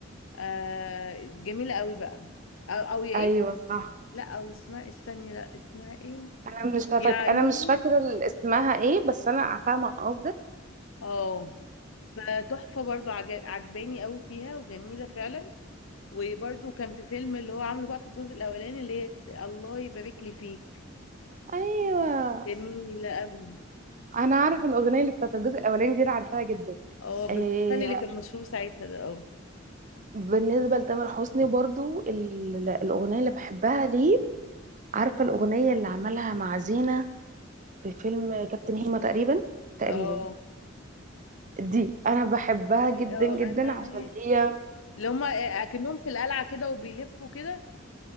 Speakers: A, on the left; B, on the right.
A: آه جميلة قوي بقى أو, أو إيه؟
B: ايوه صح
A: لا أو اسمها استني لا اسمها إيه؟
B: انا مش
A: يا
B: فاك...
A: عيون
B: انا مش فاكره ال- اسمها ايه بس انا فاهمه قصدك
A: اه فتحفة برضو عجب- عجباني قوي فيها وجميلة فعلا وبرده كان في فيلم اللي هو عامله بقى في الجزء الاولاني اللي هي الله يبارك لي فيك
B: ايوه
A: جميله قوي
B: انا عارفه الاغنيه اللي بتاعت الجزء الاولاني دي انا عارفاها جدا
A: اه بالفن
B: إيه
A: اللي كان مشهور ساعتها ده اه
B: بالنسبه لتامر حسني برضو ال- الاغنيه اللي بحبها ليه عارفه الاغنيه اللي عملها مع زينه في فيلم كابتن هيما تقريبا تقريبا
A: اه
B: دي انا بحبها جدا
A: اه
B: جدا
A: انا
B: عشان هي
A: اللي هما آه، اكنهم في القلعه كده وبيلفوا كده